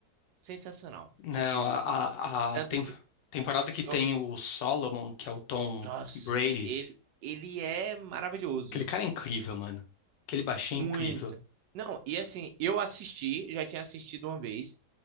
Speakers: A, on the right (about 80°); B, on the left (about 85°).
A: sensacional.
B: Não,
A: Tipo,
B: a, a,
A: tanto
B: a tem-
A: que
B: temporada que
A: eu,
B: tem o Solomon, que é o Tom
A: nossa,
B: Brady,
A: ele ele é maravilhoso,
B: aquele cara é incrível, mano. Aquele baixinho
A: muito.
B: é incrível.
A: Não, e assim, eu assisti, já tinha assistido uma vez.